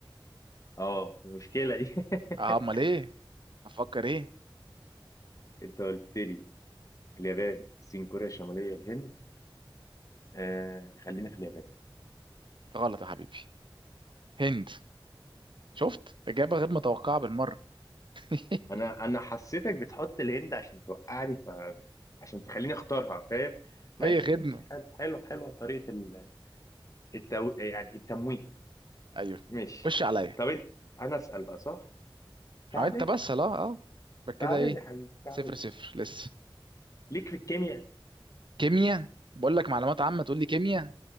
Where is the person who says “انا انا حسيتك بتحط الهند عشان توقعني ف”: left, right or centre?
Left